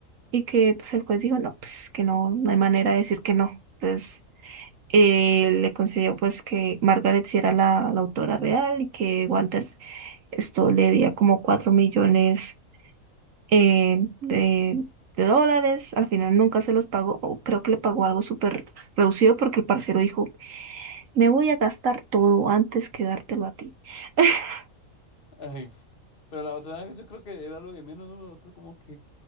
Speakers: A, on the right; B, on the left.
A: Y que pues el juez dijo, no, pues que no, no hay manera de decir que no. Entonces eh, le concedió pues que Margaret sí era la, la autora real y que Walter esto le debía como 4 millones eh, de, de dólares. Al final nunca se los pagó, o creo que le pagó algo súper reducido porque el parcero dijo, me voy a gastar todo antes que dártelo a ti. <laughs>
B: Ay, pf. pero la otra, yo creo que era lo de menos, ¿no? Lo otro como que